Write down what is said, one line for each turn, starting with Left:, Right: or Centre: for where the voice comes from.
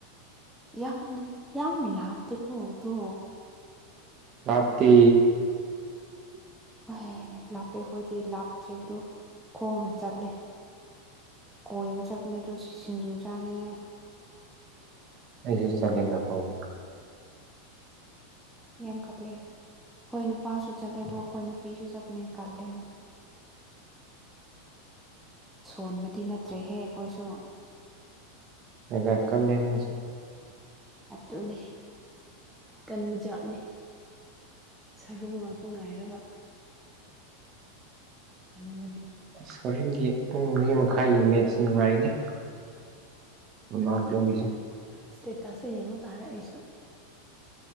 Centre: ꯌꯥ ꯅ ꯌꯥ ꯂꯥꯕꯕꯣ ꯍꯗꯣ
Right: ꯔꯠꯇ
Centre: ꯑ ꯂꯥꯞꯄꯦ ꯑꯩꯈꯣꯏꯗꯤ ꯂꯥꯞꯄꯁꯦ ꯑꯗꯨ ꯈꯣꯡꯅ ꯆꯠꯂꯦ ꯀꯣꯏꯕ ꯆꯠꯄꯅꯦ ꯇ ꯁꯤꯡꯖꯨ ꯆꯥꯅꯤꯉ
Right: ꯑꯩꯁꯨ ꯆꯠꯂꯦꯅꯈꯣꯡ
Centre: ꯌꯥꯝ ꯀꯠꯂꯦ ꯑꯩꯈꯣꯏ ꯅꯨꯄꯥꯁꯨ ꯆꯠꯂꯦ ꯑꯗꯣ ꯑꯩꯈꯣꯏ ꯅꯨꯄꯤꯁꯨ ꯆꯠꯄꯅꯦ ꯀꯜꯂꯦꯅ ꯁꯣꯟꯕꯗꯤ ꯅꯠꯇ꯭ꯔꯦꯍꯦ ꯑꯩꯈꯣꯏꯁꯨ
Right: ꯃꯒ ꯀꯜ ꯂꯅꯤꯡꯁꯦ
Centre: ꯑꯗꯨꯅꯤ ꯀꯟꯕ ꯖꯥꯠꯅꯤ ꯁꯔꯨ ꯉꯥꯛꯇ ꯉꯥꯏꯔꯒ ꯀꯟꯕꯅꯤ
Right: ꯁꯣꯔꯤꯟꯒꯤ ꯄꯨꯡ ꯃꯔꯤꯔꯤ ꯃꯈꯥꯏꯒꯤ ꯃꯦꯠꯁꯤ ꯅꯨꯡꯉꯥꯏꯒꯅꯤ ꯔꯣꯅꯥꯜꯗꯣꯒꯤꯁꯨ
Centre: ꯏꯁꯇꯦꯇꯥꯁꯦ ꯌꯦꯡꯉꯨ ꯇꯥꯔꯛ ꯑꯩꯁꯨ